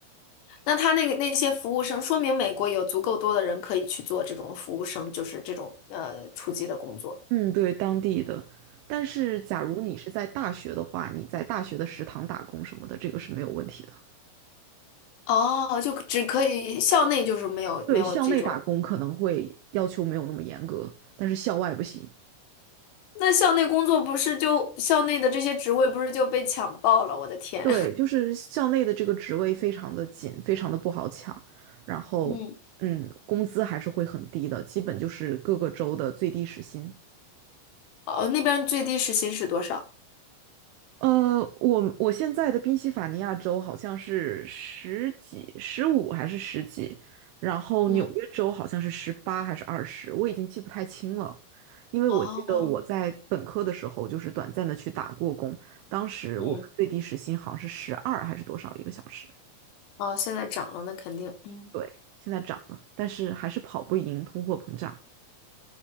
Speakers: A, on the left; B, on the right.
A: 那他那个那些服务生，说明美国有足够多的人可以去做这种服务生，就是这种呃初级的工作。
B: 嗯，对，当地的。但是，假如你是在大学的话，你在大学的食堂打工什么的，这个是没有问题的。
A: 哦，就只可以校内就是没有没有这种，
B: 对，校内打工可能会要求没有那么严格，但是校外不行。
A: 那校内工作不是就校内的这些职位不是就被抢爆了？我的天，
B: 对，就是校内的这个职位非常的紧，非常的不好抢，然后，
A: <laughs> 嗯，
B: 嗯，工资还是会很低的，基本就是各个州的最低时薪。
A: 哦，那边最低时薪是多少？
B: 呃，我我现在的宾夕法尼亚州好像是十几、十五还是十几，然后纽约州好像是十八还是二十，
A: 嗯，
B: 我已经记不太清了，因为我记得我在本科的时候就是短暂的去打过工，
A: 哦，
B: 当时我们最低时薪好像是十二还是多少一个小时，
A: 嗯，哦，现在涨了，那肯定，嗯，
B: 对，现在涨了，但是还是跑不赢通货膨胀。